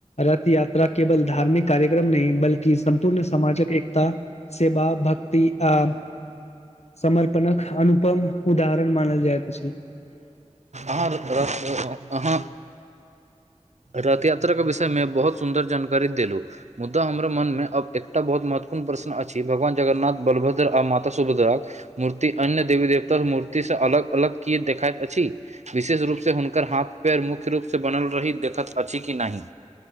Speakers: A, on the left; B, on the right.
A: रथ यात्रा केवल धार्मिक कार्यक्रम नहि बल्कि सम्पूर्ण समाजक एकता सेवा, भक्ति आ समर्पणक अनुपम उदाहरण मानल जाएत अछि।
B: आर रथ अहाँ रथ यात्रा के विषय मे बहुत सुन्दर जानकारी देलू। मुद्दा हमरा मनमे अब एकटा बहुत महत्वपूर्ण प्रश्न अछि भगवान जगन्नाथ, बलभद्र आ माता सुभद्राक मूर्ति अन्य देवी देवता मूर्ति स अलग-अलग कील देखाइत अछि। विशेष रूप से हुनकर हाथ-पैर मुख्य रूप स बनल रही देखैत अछि कि नाहि।